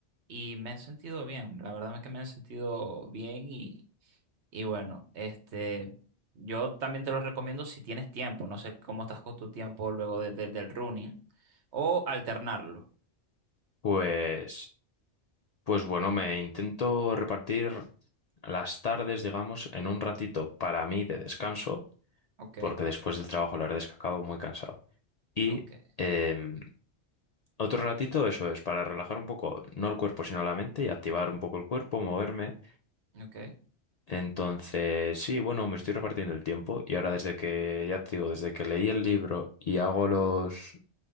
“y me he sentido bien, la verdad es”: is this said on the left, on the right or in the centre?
Right